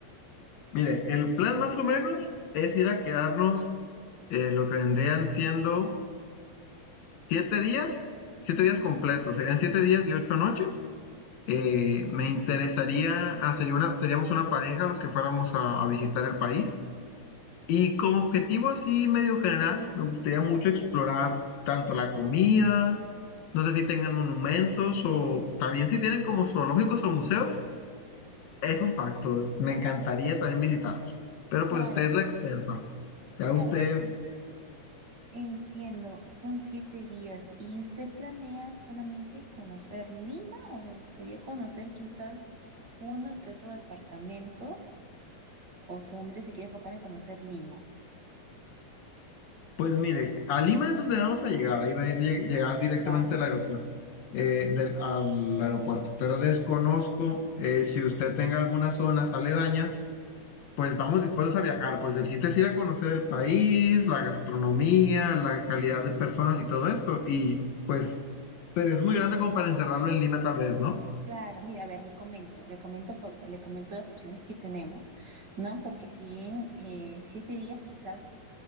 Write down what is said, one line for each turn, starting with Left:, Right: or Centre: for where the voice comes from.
Left: Mire, el plan más o menos es ir a quedarnos eh, lo que vendrían siendo siete días, siete días completos. Serían siete días y ocho noches. Eh, me interesaría, ah, sería una, seríamos una pareja los que fuéramos a, a visitar el país. Y como objetivo así medio general, me gustaría mucho explorar tanto la comida, no sé si tengan monumentos o también si tienen como zoológicos o museos, es un facto. Me encantaría también visitarlos. Pero
Right: Claro,
Left: pues usted es la experta. Ya
Right: claro,
Left: usted
Right: entiendo. Son siete días. ¿Y usted planea solamente conocer Lima o le gustaría conocer quizás uno que otro departamento o solamente se quiere enfocar en conocer Lima?
Left: Pues mire, a Lima es donde vamos a llegar, ahí va a ir, lle- llegar directamente
Right: Claro.
Left: al aeropuerto, eh, del, al aeropuerto, pero desconozco eh, si usted tenga algunas zonas aledañas, pues estamos dispuestos a viajar, pues el chiste es ir a conocer el país, la gastronomía, la calidad de personas y todo esto, y pues, pero es muy grande como para encerrarlo en Lima tal vez, ¿no?
Right: Claro, mira, a ver, le comento, le comento por- le comento las opciones que tenemos, ¿no? Porque si bien eh, siete días quizás